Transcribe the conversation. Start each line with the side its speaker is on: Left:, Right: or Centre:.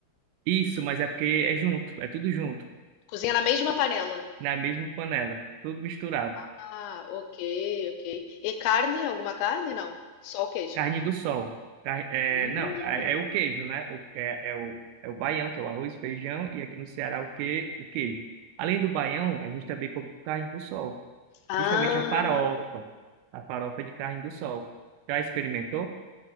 Right: isso, mas é porque é junto, é tudo junto,
Left: Cozinha na mesma panela.
Right: na mesma panela, tudo misturado.
Left: Ah, ok, ok. E carne? Alguma carne? Não. Só o queijo.
Right: Carne do sol. Car- é,
Left: Hum.
Right: não, é, é o queijo, né? O- é, é o, é o baião, que é o arroz, feijão, e aqui no Ceará o, que, o queijo. Além do baião, a gente também come carne do sol.
Left: Ah,
Right: Justamente a farofa. A farofa de carne do sol. Já experimentou?